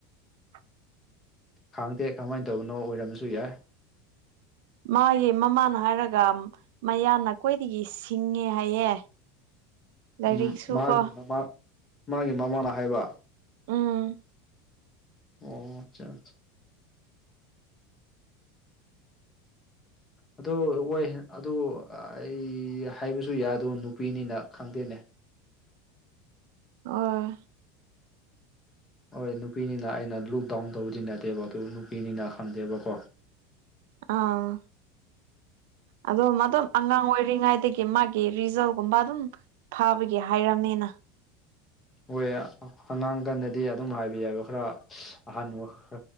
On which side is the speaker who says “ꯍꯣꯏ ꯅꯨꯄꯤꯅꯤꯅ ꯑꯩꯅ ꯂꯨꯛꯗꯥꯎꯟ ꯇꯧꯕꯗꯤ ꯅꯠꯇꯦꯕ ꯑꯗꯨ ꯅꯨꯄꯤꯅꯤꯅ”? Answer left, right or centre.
Left